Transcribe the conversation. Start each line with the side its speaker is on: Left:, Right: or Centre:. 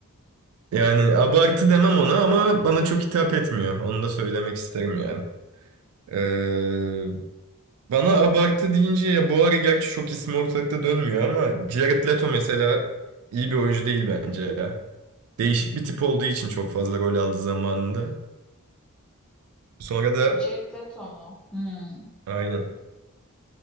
Right: Yani abartı demem ona ama bana çok hitap etmiyor. Onu da söylemek isterim yani. Ee, bana abartı deyince ya bu ara gerçi çok ismi ortalıkta dönmüyor ama Jared Leto mesela iyi bir oyuncu değil bence ya. Değişik bir tip olduğu için çok fazla rol aldı zamanında. Sonra da
Centre: Jared Leto mu? Hmm.
Right: aynen.